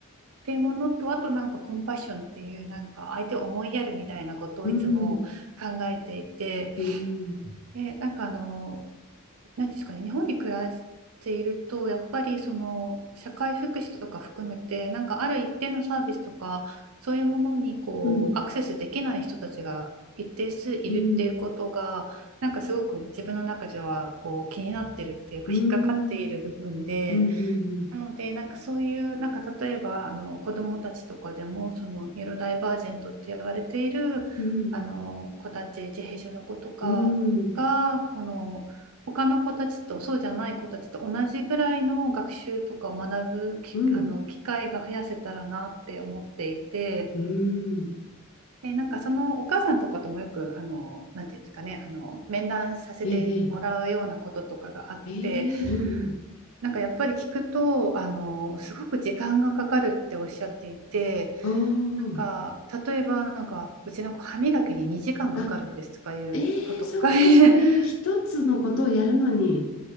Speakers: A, on the right; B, on the left.
A: ていうものと、あとなんかコンパッションっていう、なんか相手を思いやるみたいなことをいつも考えていて、
B: うん。うん。
A: で、なんかあの、何ですかね、日本に暮らしていると、やっぱりその社会福祉とか含めて、なんかある一定のサービスとか、そういうものにこうアクセスできない人たちが一定数いるっていうことが、
B: うん。うん。
A: なんかすごく自分の中ではこう気になってるっていうか、
B: うん。
A: 引っかかっている部分で、
B: うん。うん。
A: なので、なんかそういう、なんか例えばあの子どもたちとかでも、そのニューロダイバージェントって言われているあの子たち、
B: うん。うん。
A: 自閉症の子とかが、
B: うん。
A: この他の子たちとそうじゃない子たちと同じぐらいの学習とかを学ぶきあの機会が増やせたらなって思っていて、
B: うん。うん。
A: で、なんかそのお母さんとかともよく、あの、なんていうんですかね、あの面談させてもらうようなこととかがあって、
B: ええ。ええ。うん。
A: なんかやっぱり聞くと、あの、すごく時間がかかるっておっしゃっていて、
B: う
A: なんか、
B: ん。あ
A: 例えば、なんか、うちの子、歯磨きに2時間かかるんですとかいうことか、
B: あ。あ、ええ、そっか、
A: <laughs>
B: そういう一つのことをやるのに。